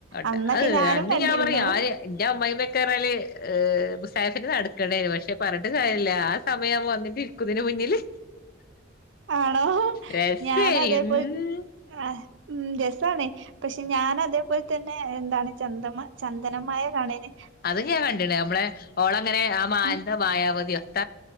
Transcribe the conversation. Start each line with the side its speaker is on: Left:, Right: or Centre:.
Left: ട്ട്
Right: അന്നൊക്കെ
Left: അഹ്
Right: ഞാനും
Left: അന്ന്
Right: കണ്ടിരുന്നു
Left: ഞാൻ പറയാ ആര് എന്റെ അമ്മായി <unintelligible> <unintelligible> നടക്കേണ്ടി വരും പക്ഷെ പറഞ്ഞിട്ട്‌ കാര്യല്ല ല്ല സമയം വന്നിട്ട് ഇരിക്കു ഇതിന്റെ മുന്നില്
Right: ആണോ
Left: രസേനി
Right: ഞാൻ അതേപോല
Left: ഉം
Right: മം രസണേ പക്ഷെ ഞാൻ അതേപോലെ തന്നെ എന്താണ് ചന്ദ ചന്ദനമായ കാണെനി
Left: അതൊക്കെ ഞാൻ കണ്ടിണ് നമ്മളെ ഓളെ ഇങ്ങനെ ആ മയന്റെ
Right: ഉം
Left: മായാവതിയോ ട്ട